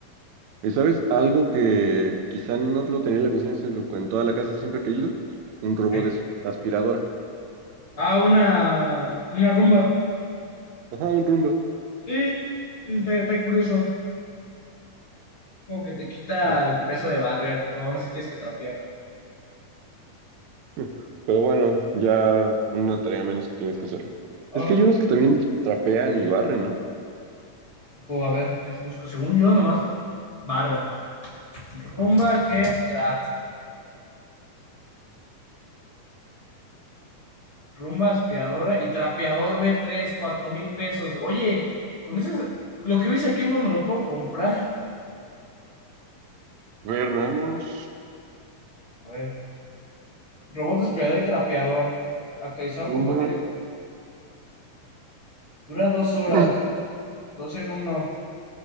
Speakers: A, on the right; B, on the left.
A: ¿Y sabes algo que quizá no lo tenía en la cocina, sino que en toda la casa siempre he querido? Un robot
B: Sí.
A: de aspiradora.
B: Ah, una, una rumba.
A: Ajá, un Roomba.
B: Sí, sí, está, está curioso. Como que te quita
A: Sí.
B: el peso de barrer, pero aún así tienes que trapear.
A: <laughs> Pero bueno, ya una tarea menos que tienes que hacer.
B: Ah,
A: Es que hay unos que también trapean y barren, ¿no?
B: cómo a ver, dejo busco. Según yo, nomás barren. Rumba que trapea. Rumba aspiradora y trapeador b tres cuatro mil pesos. Oye, con eso lo que veis aquí no me lo puedo comprar.
A: A ver, veamos.
B: A ver, robot aspirador y trapeador, actualizado
A: Número-
B: compatible. Dura dos
A: <clears throat>
B: horas, dos en uno.